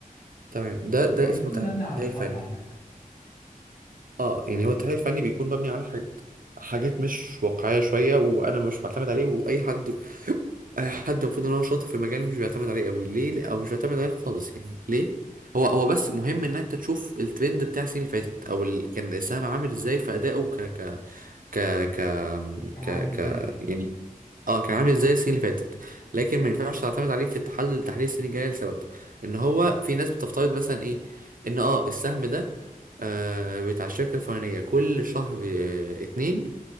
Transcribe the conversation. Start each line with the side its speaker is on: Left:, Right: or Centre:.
Right: تمام ده ده
Left: هو بيكون
Right: اسمه تحليل
Left: مبني على الحظ
Right: فني
Left: عامة
Right: اه يعني هو التحليل الفني بيكون مبني على حاجات حاجات مش واقعية شوية وأنا مش بعتمد عليه وأي حد أي حد المفروض إن هو شاطر في المجال مش بيعتمد عليه أوي ليه أو مش بيعتمد عليه خالص يعني ليه هو هو بس مهم إن أنت تشوف الترند بتاع السنين اللي فاتت أو ال... كان السهم عامل إزاي في أدائه ك ك ك ك
Left: كان
Right: ك
Left: عامل
Right: ك
Left: إزاي قبل كده؟
Right: يعني اه كان عامل زي السنين اللي فاتت لكن ما ينفعش تعتمد عليه في التحلل تحليل السنين الجايه لسبب ان هو في ناس بتفترض مثلا ايه ان اه السهم ده آه بتاع الشركه الفلانيه كل شهر آه اتنين